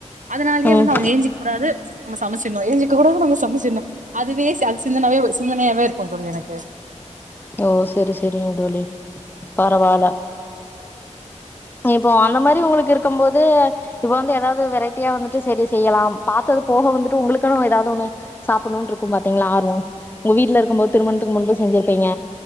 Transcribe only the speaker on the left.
ம்
ஓ செரி செரிங்க தோழி பரவால இப்போ அந்த மாரி உங்களுக்கு இருக் இருக்கும் போது இப்ப வந்து எதாவது வெரைட்டியா வந்துட்டு செரி செய்யலாம் பாத்தது போக வந்துட்டு உங்களுக்குன்னு எதாவது ஒன்னு சாப்புட்ணுன்னு இருக்கு பாத்தீங்களா ஆர்வம் உங்க வீட்ல இருக்கும் போது திருமணத்துக்கு முன்பு செஞ்சிருப் ப்பிங்க